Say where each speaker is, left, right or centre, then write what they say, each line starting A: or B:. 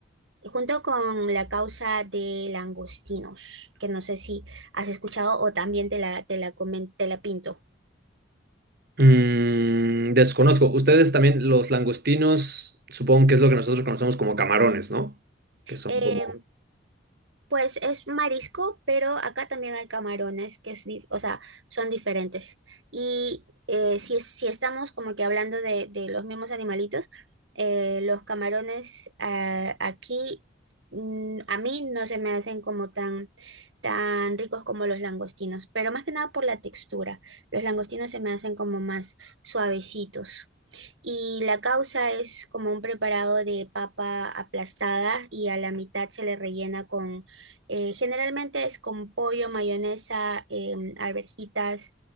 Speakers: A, on the right (about 75°); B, on the right (about 55°).
A: Junto con la causa de langostinos, que no sé si has escuchado o también te la, te la, comen- te la pinto.
B: Mm, desconozco. Ustedes también, los langostinos, supongo que es lo que nosotros conocemos como camarones, ¿no? Que son
A: Eh,
B: como... <laughs>
A: Pues es marisco, pero acá también hay camarones que es, di- o sea, son diferentes. Y eh, si, es- si estamos como que hablando de, de los mismos animalitos, eh, los camarones ah, aquí mm, a mí no se me hacen como tan, tan ricos como los langostinos, pero más que nada por la textura. Los langostinos se me hacen como más suavecitos y la causa es como un preparado de papa aplastada y a la mitad se le rellena con, eh, generalmente es con pollo, mayonesa, em, alverjitas,